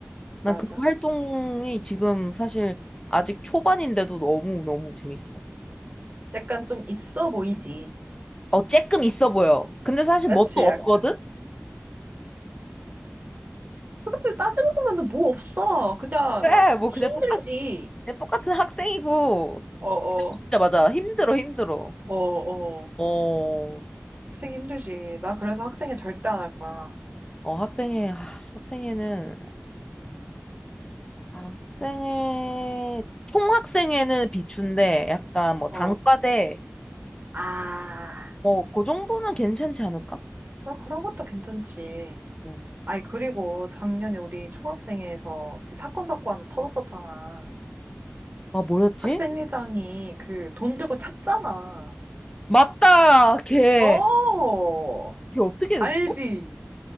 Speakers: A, on the right (about 50°); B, on the left (about 20°).
A: 맞아.
B: 난 그 활동이 지금 사실 아직 초반인데도 너무너무 재밌어.
A: 약간 좀 있어 보이지.
B: 어, 쬐끔 있어 보여. 근데 사실
A: 그치,
B: 뭣도 없거든?
A: 약간. 그치, 따지고 보면 뭐 없어. 그냥
B: 그래, 뭐
A: 힘들지.
B: 그냥 똑같, 그냥 똑같은 학생이고.
A: 어,
B: 진짜
A: 어,
B: 맞아. 힘들어, 힘들어.
A: 어, 어.
B: 어,
A: 학생 힘들지. 나 그래서 학생회 절대 안 할 거야.
B: 어, 학생회, 아, 학생회는, 학생회, 총학생회는 비추인데 약간 뭐
A: 어.
B: 단과대,
A: 아,
B: 뭐, 그 정도는 괜찮지 않을까?
A: 뭐 그런 것도 괜찮지.
B: 어.
A: 아니, 그리고 작년에 우리 총학생회에서 그 사건, 사고 하나 터졌었잖아.
B: 아, 뭐였지?
A: 학생회장이 그 돈 들고 찼잖아.
B: 맞다! 걔,
A: 어,
B: 걔 어떻게
A: 알지?
B: 됐어?